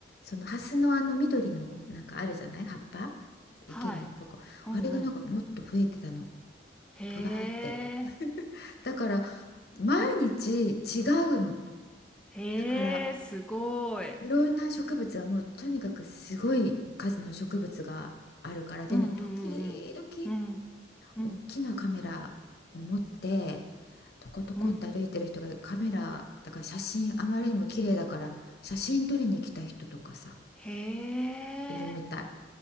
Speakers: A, on the left; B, in the centre.
A: そのハスのあの緑のなんかあるじゃない葉っぱ池に一歩こうあれがなんかもっと増えてたの
B: はい。うんうん。へえ。
A: ぶわーって <laughs> だから毎日違うの
B: へえ、
A: だから
B: すごい。
A: いろんな植物はもうとにかくすごい数の植物があるからでね時々
B: うんうんうんうん。うん。うん。
A: 大きなカメラを持ってトコトコって歩いてる人がカメラだから写真あまりにも綺麗だから写真撮りに来た人とかさ
B: うんへえ。
A: いるみたい。